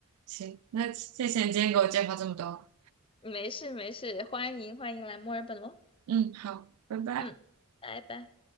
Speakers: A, on the right; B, on the left.
A: 行，那谢谢你今天给我介绍这么多，
B: 没事没事，欢迎欢迎来墨尔本喽，
A: 嗯，好，拜拜。
B: 嗯，拜拜。